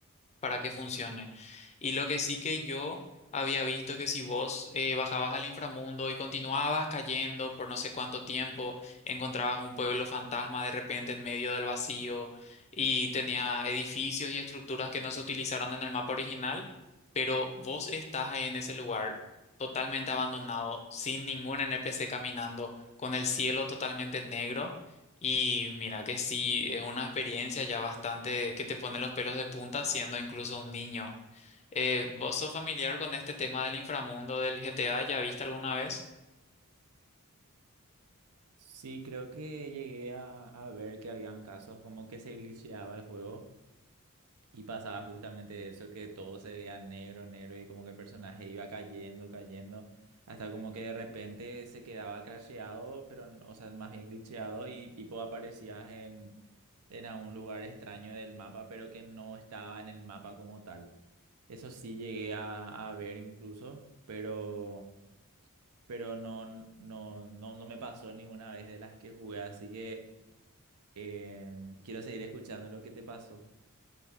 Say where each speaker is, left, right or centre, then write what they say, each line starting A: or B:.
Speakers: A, on the left (about 30°); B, on the right (about 80°).
A: para que funcione. Y lo que sí que yo había visto que si vos eh, bajabas al inframundo y continuabas cayendo por no sé cuánto tiempo, encontrabas un pueblo fantasma de repente en medio del vacío y tenía edificios y estructuras que no se utilizaron en el mapa original, pero vos estás ahí en ese lugar totalmente abandonado, sin ningún NPC caminando, con el cielo totalmente negro. Y mira que sí, es una experiencia ya bastante que te pone los pelos de punta siendo incluso un niño. Eh, ¿vos sos familiar con este tema del inframundo del GTA? ¿Ya viste alguna vez?
B: Sí, creo que llegué a, a ver que habían casos como que se glitcheaba el juego. Y pasaba justamente eso que todo se veía negro, negro y como que el personaje iba cayendo, cayendo, hasta como que de repente se quedaba crasheado, pero, n- o sea, más bien glitcheado y tipo aparecías en, en a un lugar extraño del mapa, pero que no estaba en el mapa como tal. Eso sí llegué a, a ver incluso, pero, pero no, no, no, no me pasó ninguna vez de las que jugué, así que eh, quiero seguir escuchando lo que te pasó.